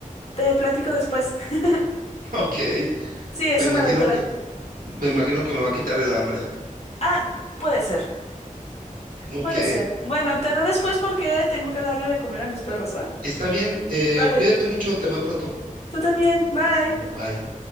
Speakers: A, on the left; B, on the right.
A: te platico después. <laughs>
B: Ok,
A: Sí, es
B: me imagino
A: una aventura.
B: que, me
A: Ujú.
B: imagino que me va a quitar el hambre.
A: Ah, puede ser,
B: Ok.
A: puede ser. Bueno, te veo después porque tengo que darle de comer a mis perros, ¿va?
B: Está bien, eh,
A: Dale.
B: cuídate mucho, te veo pronto.
A: Tú también, bye.
B: Bye.